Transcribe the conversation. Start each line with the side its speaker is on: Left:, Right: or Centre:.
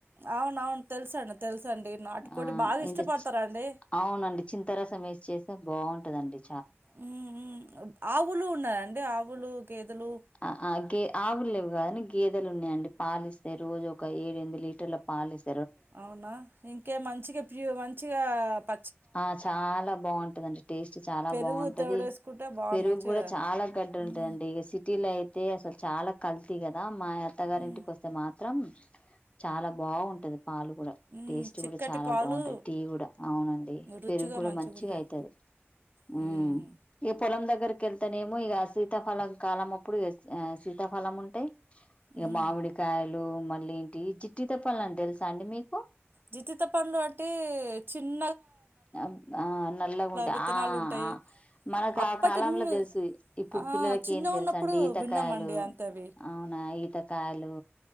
Right: అవునవును తెలుసండి, తెలుసండి, నాటుకోడి
Left: ఆ
Right: బాగా
Left: ఇంత
Right: ఇష్టపడతారాండి.
Left: అవునండి చింతారసం వేసి చేస్తే బావుంటదండి.
Right: ఉమ్ ఉమ్ ఆవులు ఉన్నాయాండి. ఆవులు, గేదలు
Left: ఆ ఆ గే ఆవులు లేవు గాని, గేదెలు ఉన్నాయండి. పాలిస్తై రోజు ఒక ఏడ్, ఎన్మిది లీటర్ల పాలిస్
Right: అవునా ఇంకేం మంచిగా ప్యూ, మంచిగా ప
Left: ఆ చాలా బావుంటదిండి. టేస్ట్ చాలా
Right: పెరుగు
Left: బావుంటది
Right: తోడేసుకుంటే బాగా
Left: పెరుగూడా
Right: మంచిగా
Left: చాలా గట్ టిగుంటదాండి,
Right: హ్మ్.
Left: ఇగ సి. టీ లా యితే అసలు చాలా కల్తీ గాదా. మా అత్తగారి
Right: హ్మ్.
Left: ఇంటికి వస్తే మాత్రం. చాలా బావుంటది. పాలు కూడా,
Right: హ్మ్.
Left: టేస్ట్
Right: చిక్కటి
Left: గూడా చాలా
Right: పాలు
Left: బావుంటది. టీ కూడా అవునండ్
Right: రుచిగా
Left: పెరుగూడా
Right: మంచిగుంటాయి.
Left: మంచిగా అయితది.
Right: హ్మ్.
Left: ఉమ్ ఇగ పొలం దగ్గరకేళ్తానేమో ఇగ ఆ సి సీతాఫలం కాలం అప్పుడు, ఇగ సీతాఫలం ఉంటాయ్. ఇగా
Right: ఉమ్.
Left: మామిడికాయలు మళ్ళీ ఏంటి జీతితపళ్ళంటే తెలుసా అండి మీకు?
Right: జితిత పంళ్ళు అంటే చిన్
Left: ఆమ్ ఆ నల్లగా ఉంటాయి.
Right: విత్తనాలు
Left: ఆ
Right: ఉంటాయి
Left: ఆ మనకు
Right: అప్పటి
Left: ఆ కాలంలో
Right: మ్
Left: తెలుసు ఈ ఇప్పుడు
Right: ఆ
Left: పిల్లలకి
Right: చిన్నగా
Left: ఏం తెలుస
Right: ఉన్నప్పుడు
Left: అండి. ఈతకాయలు
Right: విన్నామండి అంతే అవి
Left: అవునా ఈ ఈతకాయలు,